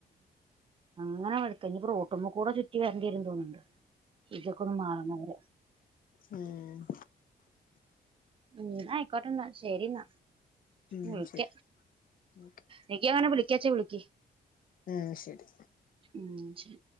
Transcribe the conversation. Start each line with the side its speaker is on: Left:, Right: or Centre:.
Right: അങ്ങനെ ബൈക്കാ ഇനി റൊട്ടിമ്മക്കൂടി ചുറ്റി വരേണ്ടീരും തോന്നേണ്ട് ഇതൊക്കെയൊന്ന് മാറുന്ന വരെ
Left: ഉം
Right: ന്നാ ആയിക്കോട്ടെന്ന ശെരിന്ന.
Left: ഉം
Right: വിളിക്ക
Left: ശരി ഓക്കെ
Right: നിക്ക് അങ്ങനെ വിളിക്കാച്ചാ വിളിക്ക്.
Left: ആഹ് ശരി
Right: ഉം ശരി.